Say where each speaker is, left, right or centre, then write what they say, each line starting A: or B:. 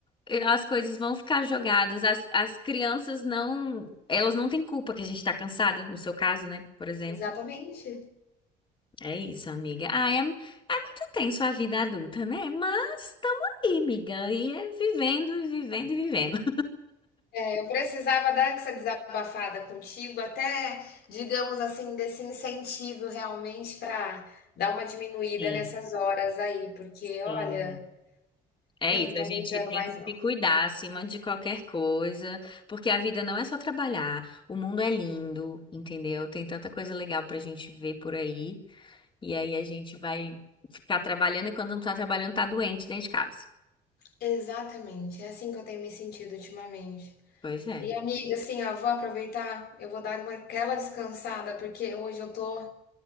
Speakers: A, on the left (about 30°); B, on the left (about 70°).
A: e as coisas vão ficar jogadas. As, as crianças não. Elas não têm culpa que a gente está cansada, no seu caso, né? Por exemplo.
B: Exatamente.
A: É isso, amiga. Ah, é, é muito tenso a vida adulta, né? Mas estamos aí, amiga. E é vivendo, e vivendo, e vivendo.
B: É, eu precisava dar essa desabafada contigo, até, digamos assim, desse incentivo realmente para dar uma diminuída
A: <laughs> Sim,
B: nessas horas aí, porque
A: sim.
B: olha,
A: É
B: eu
A: isso,
B: não tô
A: a gente
B: aguentando
A: tem
B: mais
A: que
B: não.
A: se cuidar acima de qualquer coisa, porque a vida não é só trabalhar. O mundo é lindo, entendeu? Tem tanta coisa legal pra gente ver por aí, e aí a gente vai ficar trabalhando e quando não tá trabalhando tá doente dentro de casa.
B: Exatamente, é assim que eu tenho me sentido ultimamente.
A: Pois é.
B: E amiga, assim, ó, vou aproveitar, eu vou dar uma, aquela descansada, porque hoje eu tô